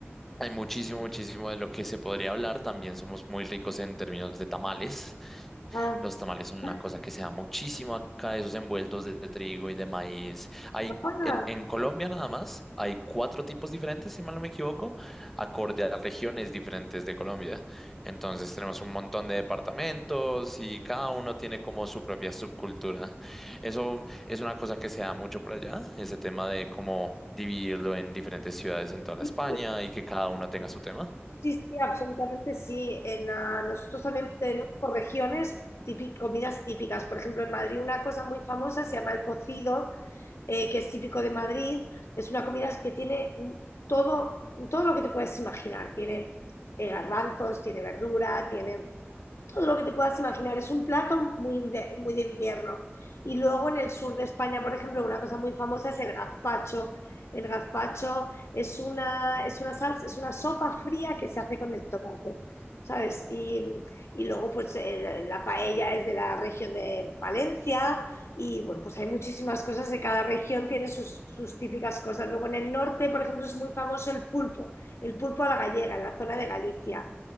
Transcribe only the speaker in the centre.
hay muchísimo, muchísimo de lo que se podría hablar. También somos muy ricos en términos de tamales.
Los tamales son una
cosa que se da muchísimo acá, esos envueltos de trigo y de maíz. Hay
en, en Colombia nada más, hay cuatro tipos diferentes, si mal no me equivoco, acorde a las regiones diferentes de Colombia. Entonces tenemos un montón de departamentos y cada uno tiene como su propia subcultura. Eso es una cosa que se da mucho por allá, ese tema de cómo dividirlo en diferentes ciudades en toda la
España y que cada uno tenga su tema.